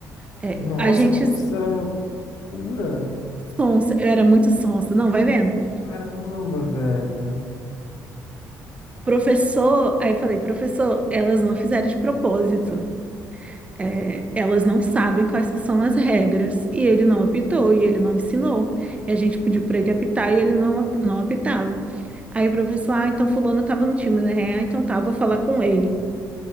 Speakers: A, on the right (about 20°); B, on the left (about 65°).
A: É,
B: Nossa,
A: a gente
B: como você era pura.
A: sonsa, eu era muito sonsa. Não, vai vendo.
B: Caramba, velho.
A: Professor, aí eu falei, professor, elas não fizeram de propósito. é, elas não sabem quais que são as regras, e ele não apitou, e ele não ensinou. E a gente pediu para ele apitar e ele não, ap- não apitava. Aí o professor, ah, então fulano estava no time, né? Ah, então tá, vou falar com ele.